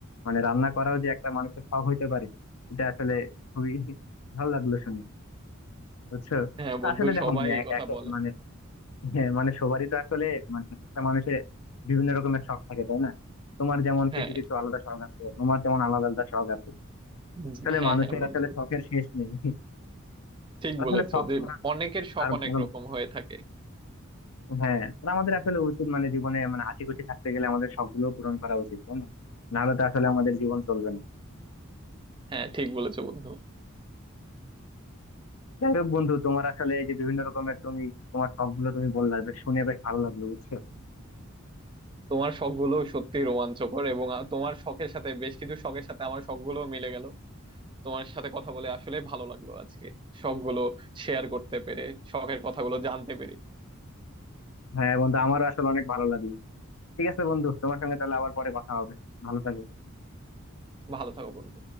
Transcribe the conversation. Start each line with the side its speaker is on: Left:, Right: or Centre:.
Left: মানে রান্না করাও যে একটা মানুষের শখ হইতে পারে এটা আসলে খুবই ভালো লাগলো শুনে বুঝছো
Right: হ্যাঁ
Left: তো
Right: বন্ধু
Left: আসলে দেখো
Right: সবাই
Left: মানে
Right: এই
Left: এক
Right: কথা
Left: এক-
Right: বলে
Left: মানে হ্যাঁ মানে সবারই তো আসলে মানে একটা মানুষের বিভিন্ন রকমের শখ থাকে তাই না তোমার যেমন
Right: হ্যাঁ
Left: কিছু কিছু আলাদা শখ আছে তোমার যেমন আলাদা আলাদা শখ আছে
Right: উম,
Left: আসলে
Right: হ্যাঁ
Left: মানুষের
Right: হ্যাঁ বন্ধু
Left: আসলে শখের শেষ নেই
Right: ঠিক
Left: আসলে
Right: বলেছো
Left: শখ
Right: যে
Left: ছাড়া
Right: অনেকের শখ
Left: আর
Right: অনেক
Left: মানে-
Right: রকম হয়ে থাকে
Left: হ্যাঁ আর আমাদের আসলে উচিত মানে জীবনে মানে আশি খুশি থাকতে গেলে আমাদের শখগুলো পূরণ করা উচিত তাই না নাহলে তো আসলে আমাদের জীবন চলবে না
Right: হ্যাঁ ঠিক বলেছো বন্ধু
Left: যাই হোক বন্ধু তোমার আসলে এই যে বিভিন্ন রকমের তুমি তোমার শখ গুলো তুমি বললা বেশ শুনে বেশ ভালো লাগলো বুঝছো
Right: তোমার শখগুলো সত্যি রোমাঞ্চকর এবং আ- তোমার শখের সাথে বেশ কিছু শখের সাথে আমার শখগুলো মিলে গেল তোমার সাথে কথা বলে আসলে ভালো লাগলো আজকে সবগুলো শেয়ার করতে পেরে শখের কথাগুলো জানতে পেরে
Left: হ্যাঁ বন্ধু আমারও আসলে অনেক ভালো লাগলো ঠিক আছে বন্ধু তোমার সঙ্গে তাহলে আবার পরে কথা হবে ভালো থাকো
Right: ভালো থাকো বন্ধু